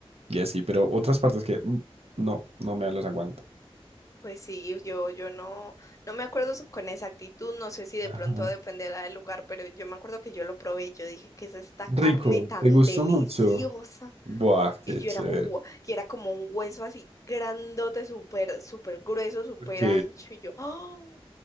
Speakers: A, on the right; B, on the left.
A: y así, pero otras partes que mm, no, no me los aguanto.
B: Pues sí, yo, yo no, no me acuerdo so- con exactitud, no sé si de
A: Ajá.
B: pronto dependerá del lugar, pero yo me acuerdo que yo lo probé y yo dije, ¿qué es esta carne
A: Rico,
B: tan
A: te gustó
B: deliciosa?
A: mucho. Buah, qué
B: Y yo
A: chévere.
B: era, uh, y era como un hueso así grandote, súper, súper grueso, súper
A: Ok,
B: ancho, y yo, ¡oh!